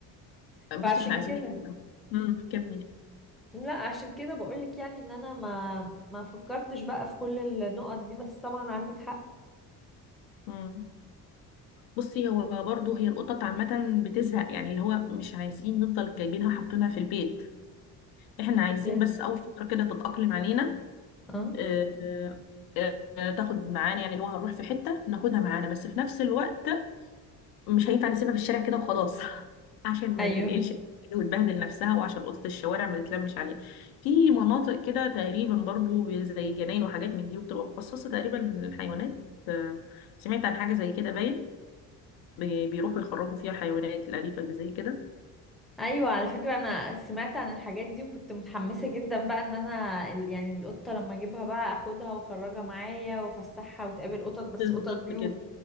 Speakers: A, in the centre; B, on the left (about 70°).
A: فعشان
B: بصي احنا عايزين
A: كده
B: نتكلم امم كملي
A: لا عشان كده بقولك يعني ان انا ما ما فكرتش بقى في كل النقط دي بس طبعا عندك حق
B: مم. بصي هو برضه هي القطط عامة بتزهق يعني اللي هو مش عايزين نفضل جايبينها حاطينها في البيت احنا عايزين
A: إيه؟
B: بس أول فترة كده تتأقلم علينا
A: اه
B: آه، آه، آه، تاخد معانا يعني اللي هو هنروح في حتة ناخدها معانا بس في نفس الوقت مش هينفع نسيبها في الشارع كده وخلاص <laughs> عشان ما
A: ايوه
B: تنقلش وتبهدل نفسها وعشان قطط الشوارع ما تتلمش عليها في مناطق كده تقريبا برضو زي جناين وحاجات من دي وبتبقى مخصصة تقريبا للحيوانات آه، سمعت عن حاجة زي كده باين بي- بيروحوا يخرجوا فيها الحيوانات الأليفة اللي زي كده
A: ايوه على فكره انا سمعت عن الحاجات دي وكنت متحمسه جدا بقى ان انا ال- يعني القطه لما اجيبها بقى اخدها واخرجها معايا وافسحها وتقابل قطط بس
B: بالظبط
A: قطط بيوت
B: كده